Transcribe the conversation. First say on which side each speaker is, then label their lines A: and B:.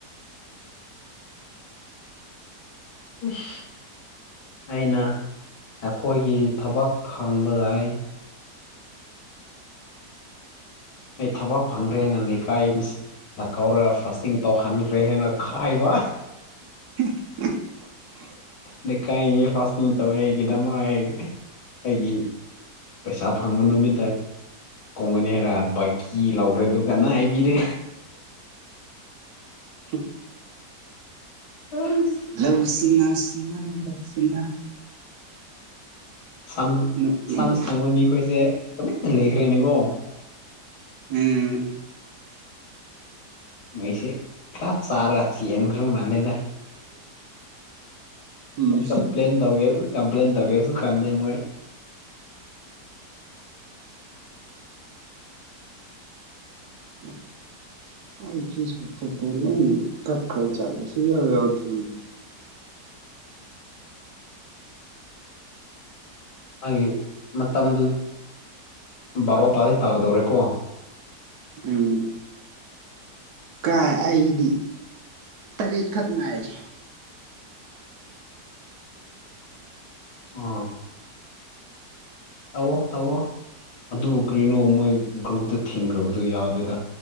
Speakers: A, on the left (about 75°); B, on the right (about 70°).
A: ꯏꯁ ꯑꯩꯅ ꯑꯩꯈꯣꯏꯒꯤ ꯊꯕꯛ ꯐꯪꯕꯗ ꯑꯩ ꯑꯩ ꯊꯕꯛ ꯐꯪꯈ꯭ꯔꯦꯅ ꯂꯩꯀꯥꯏ ꯗ ꯀꯧꯔꯒ ꯐꯥꯁꯇꯤꯡ ꯇꯧꯍꯟꯈ꯭ꯔꯦ ꯍꯥꯏꯅ ꯈꯥꯏꯕ
B: <inaudible>
A: ꯂꯩꯀꯥꯏ ꯃꯤ ꯐꯥꯁꯇꯤꯡ ꯇꯧꯋꯦ ꯑꯩꯒꯤꯗꯃꯛ ꯑꯩꯒꯤ ꯄꯩꯁꯥ ꯐꯪꯕ ꯅꯨꯃꯤꯠꯇ ꯀꯣꯡꯒꯅꯤ ꯍꯥꯏꯔ ꯕꯥꯏꯀꯤ ꯂꯧꯔꯦ ꯑꯗꯨꯒ ꯀꯅ ꯍꯥꯏꯕꯤꯔ
B: ꯎꯝ
A: ꯎꯝ
B: ꯂꯧꯎ ꯁꯤꯡꯅ ꯁꯤꯡꯅ ꯂꯧ ꯁꯤꯡꯅ
A: ꯁꯝ
B: ꯅꯣꯛꯅꯤꯡ
A: ꯁꯝ ꯁꯪꯕ ꯃꯤꯈꯣꯏꯁꯦ ꯇꯨꯃꯤꯟꯅ ꯂꯩꯈ꯭ꯔꯦꯅꯦꯉꯣ
B: ꯎꯝ
A: ꯃꯩꯁꯦ ꯈꯔ ꯆꯥꯔꯒ ꯆꯦꯟꯈ꯭ꯔ ꯃꯥꯜꯂꯦꯗ
B: ꯎꯝ
A: ꯀꯄ꯭ꯂꯦꯟ ꯇꯧꯒꯦ ꯀꯝꯄ꯭ꯂꯦꯟ ꯇꯧꯒꯦꯁꯨ ꯀꯥꯟꯗꯦ ꯃꯣꯏ
B: <inaudible> ꯑꯩ ꯐꯦꯁꯕꯨꯛ ꯈꯠꯇ ꯂꯣꯏ ꯀꯛ ꯈꯔ ꯖꯠꯂ ꯁꯤ ꯌꯥꯎ ꯌꯥꯎꯗ꯭ꯔꯤꯅꯦ
A: ꯎꯝ <unintelligible> ꯃꯥꯒꯤ ꯃꯇꯝꯗꯨ ꯕꯥꯔꯣ ꯇꯥꯗꯤ ꯇꯥꯗꫭꯔꯦꯀꯣ
B: ꯎꯝ ꯀꯥꯏ ꯑꯩꯗꯤ ꯇꯔꯦꯠꯈꯛ ꯉꯥꯏꯔꯦ
A: ꯑꯥ ꯇꯧꯋꫭ ꯇꯧꯋꫭ ꯑꯗꯨꯕꯨ ꯀꯔꯤꯅꯣ ꯃꯣꯏ ꯒ꯭ꯔꯨꯞꯇ ꯊꯤꯡꯈ꯭ꯔꯕꯗꯨ ꯌꯥꯗꯦꯗ